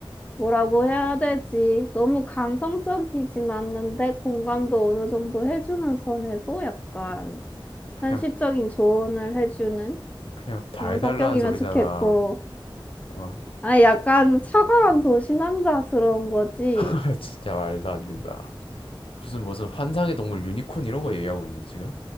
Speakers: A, on the left; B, on the left.
A: 뭐라고 해야 되지? 너무 감성적이진 않는데, 공감도 어느 정도 해주는 선에서 약간
B: 그냥,
A: 현실적인 조언을 해주는
B: 그냥 다
A: 그런
B: 해달라는
A: 성격이면
B: 소리잖아.
A: 좋겠고,
B: 어,
A: 아, 약간 차가운 도시 남자스러운 거지.
B: <laughs> 진짜 말도 안 된다. 무슨, 무슨 환상의 동물 유니콘 이런 거 얘기하고 있네, 지금?